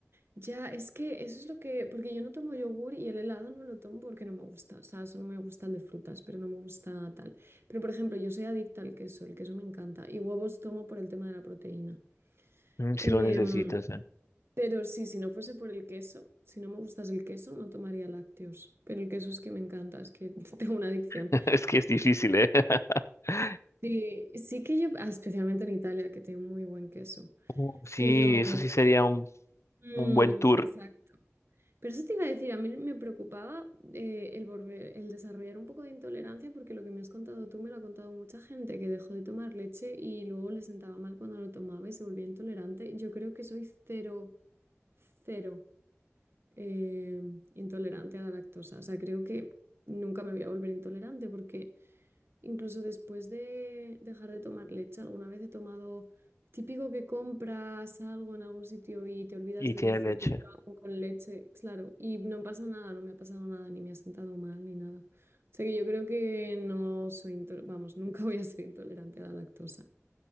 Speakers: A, on the right; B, on the left.
A: ya, es que eso es lo que, porque yo no tomo yogur y el helado no lo tomo porque no me gusta, o sea, solo me gusta el de frutas, pero no me gusta tal. Pero por ejemplo, yo soy adicta al queso, el queso me encanta y huevos tomo por el tema de la proteína.
B: Mm,
A: Em,
B: Si lo necesitas, ¿eh?
A: pero sí, si no fuese por el queso, si no me gustas el queso, no tomaría lácteos, pero el queso es que me encanta, es que <laughs> tengo una adicción.
B: <laughs> Es que es difícil, ¿eh? <laughs>
A: Sí, sí que yo, ah, especialmente en Italia, que tiene muy buen queso,
B: Uh, Sí,
A: pero...
B: eso sí sería un,
A: mm,
B: un buen tour
A: exacto. Pero eso te iba a decir, a mí me preocupaba eh, el volver- el desarrollar un poco de intolerancia, porque lo que me has contado tú me lo ha contado mucha gente que dejó de tomar leche y luego le sentaba mal cuando lo tomaba y se volvía intolerante. Yo creo que soy cero, cero eh, intolerante a la lactosa. O sea, creo que nunca me voy a volver intolerante porque... Incluso después de dejar de tomar leche, alguna vez he tomado, típico que compras algo en algún sitio y te olvidas
B: y
A: de
B: tiene
A: decir
B: leche.
A: que te lo hago con leche, claro, y no pasa nada, no me ha pasado nada, ni me ha sentado mal, ni nada. O sea que yo creo que no soy, intol- vamos, <laughs> nunca voy a ser intolerante a la lactosa,